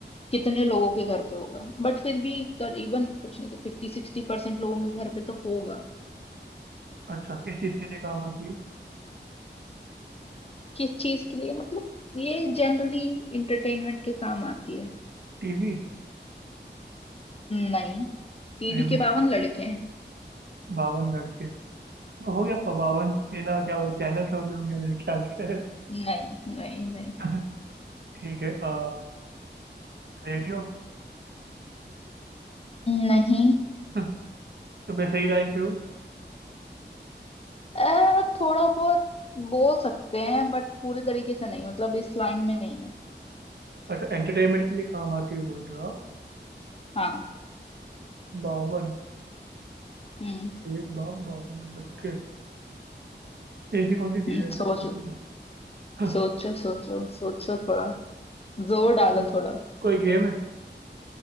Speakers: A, on the left; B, on the right.
A: कितने लोगों के घर पे होगा बट फिर भी करीबन कुछ नहीं तो फिफ्टी सिक्सटी परसेंट लोगों के घर पे तो होगा
B: अच्छा किस चीज के लिए काम आती है
A: किस चीज के लिए मतलब ये जनरली इंटरटेनमेंट के काम आती है
B: टीवी
A: नहीं टीवी
B: रिमोट
A: के बावन लड़के हैं
B: बावन लड़के तो हो गया प- बावन ये ना क्या बोलते चैनल्स हो गए होंगे मेरे ख्याल से
A: नहीं नहीं नहीं
B: <laughs> ठीक है आ, रेडियो
A: नहीं
B: <laughs> तो मैं सही लाइन पे हूँ
A: अ, थोड़ा बहुत बोल सकते हैं बट पूरी तरीके से नहीं मतलब इस लाइन में नहीं है
B: अच्छा एंटरटेनमेंट के लिए काम आती है बोल रहे हो आप
A: हाँ
B: बावन
A: हम्म
B: एक बाप बावन लड़के ऐसी कौन सी चीज
A: हम्म,
B: है भाई
A: सोचो
B: <laughs>
A: सोचो सोचो सोचो थोड़ा जोर डालो
B: कोई
A: थोड़ा
B: कोई गेम है